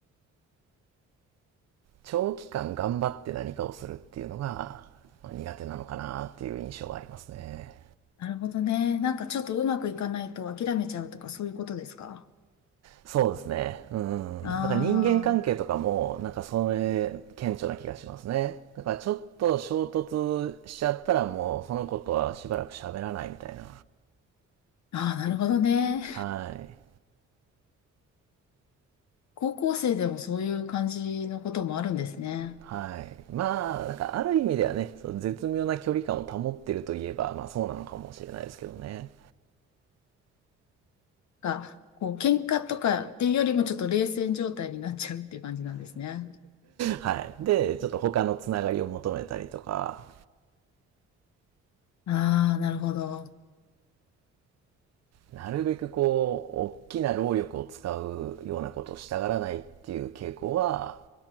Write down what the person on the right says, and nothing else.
長期間頑張って何かをするっていうのが苦手なのかなっていう印象はありますね。
そうですね。うん。
だから人間関係とかも、
なんかそれ、顕著な気がしますね。だからちょっと衝突しちゃったらもう、そのことはしばらく喋らないみたいな。
はい。
はい。まあ、なんかある意味ではね、そう絶妙な距離感を保ってるといえば、まあそうなのかもしれないですけどね。
はい。で、ちょっと他のつながりを求めたりとか、
なるべくこう、大きな労力を使うようなことをしたがらないっていう傾向は、